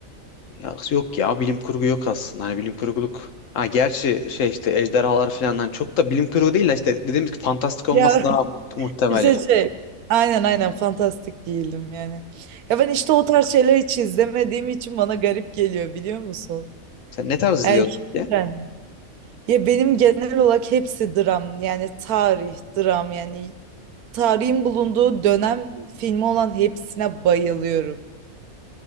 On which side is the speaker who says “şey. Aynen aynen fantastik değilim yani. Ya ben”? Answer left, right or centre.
Right